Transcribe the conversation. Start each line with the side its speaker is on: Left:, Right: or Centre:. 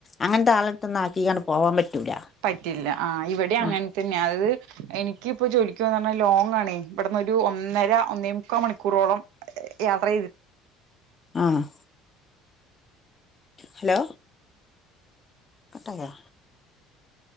Left: അങ്ങനത്തെ ആളെടുത്തൊന്നും ആക്കിക്കാണ്ട് പോവാൻ പറ്റൂല
Right: പറ്റില്ല ആഹ് ഇവിടെയും അങ്ങനെ
Left: ആ
Right: തന്നെയാ അതായത് എനിക്കിപ്പോ ജോലിക്ക് പോവാന്ന് പറഞ്ഞാ ലോങ്ങാണേ ഇവിടന്ന് ഒരു ഒന്നര ഒന്നേമുക്കാൽ മണിക്കൂറോളം യാത്ര ചെയ്തിട്ട
Left: ആഹ് ഹലോ കട്ടായ